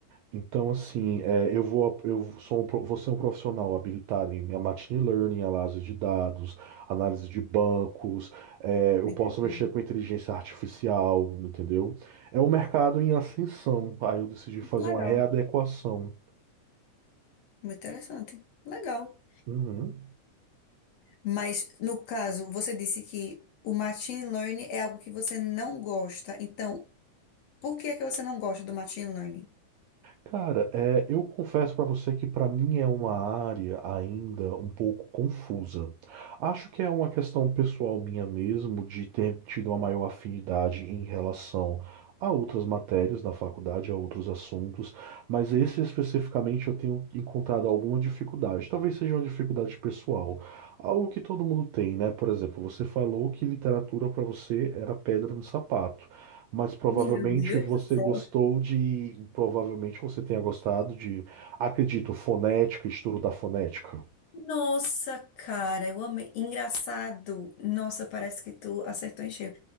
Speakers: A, on the right; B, on the left.
A: Então, assim, é, eu vou, eu sou um, pro- vou ser um profissional habilitado em machine learning, análise de dados, análise de bancos, é, eu
B: me
A: posso
B: entendendo.
A: mexer com inteligência artificial, entendeu? É um mercado em ascensão, aí eu decidi fazer
B: Muito legal.
A: uma readequação.
B: Muito interessante. Legal.
A: Uhum.
B: Mas, no caso, você disse que o machine learning é algo que você não gosta. Então, por que é que você não gosta do machine learning?
A: Cara, é, eu confesso pra você que pra mim é uma área ainda um pouco confusa. Acho que é uma questão pessoal minha mesmo de ter tido uma maior afinidade em relação a outras matérias na faculdade, a outros assuntos, mas esse especificamente eu tenho encontrado alguma dificuldade. Talvez seja uma dificuldade pessoal, algo que todo mundo tem, né? Por exemplo, você falou que literatura pra você era pedra no sapato. Mas provavelmente
B: Ih, meu Deus
A: você
B: do céu.
A: gostou de. Provavelmente você tenha gostado de. Acredito, fonética, estudo da fonética.
B: Nossa, cara, eu amei. Engraçado. Nossa, parece que tu acertou em cheio.